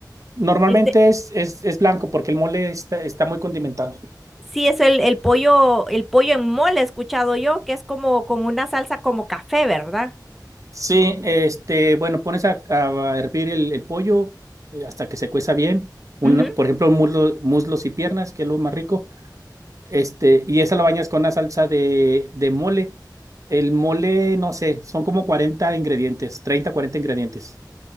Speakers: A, on the right (about 45°); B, in the centre.
A: normalmente
B: Este,
A: es, es, es blanco porque el mole está, está muy condimentado.
B: sí, es el, el pollo, el pollo en mole, he escuchado yo, que es como con una salsa como café, ¿verdad?
A: Sí, este, bueno, pones a, a hervir el, el pollo eh, hasta que se cueza bien. Un,
B: Ujú.
A: por ejemplo, muslo- muslos y piernas, que es lo más rico. Este, y esa lo bañas con una salsa de, de mole. El mole, no sé, son como 40 ingredientes, 30 40 ingredientes.